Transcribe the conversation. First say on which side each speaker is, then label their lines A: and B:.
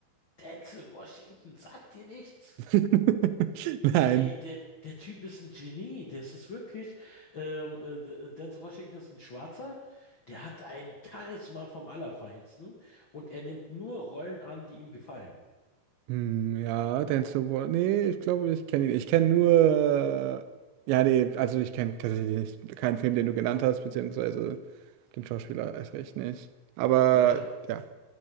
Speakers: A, on the left; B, on the right.
A: Denzel Washington sagt dir nichts?
B: <laughs> Nein.
A: Ey, der, der Typ ist ein Genie. Das ist wirklich. Ähm, äh, D- äh, Denzel Washington ist ein Schwarzer. Der hat ein Charisma vom Allerfeinsten und er nimmt nur Rollen an, die ihm gefallen.
B: Hm, ja, Denzel Washington. Nee, ich glaube, ich kenne ihn. Ich kenne nur. äh, Ja, nee, also ich kenne tatsächlich nicht, keinen Film, den du genannt hast, beziehungsweise den Schauspieler erst recht nicht. Aber
A: Der hat
B: ja.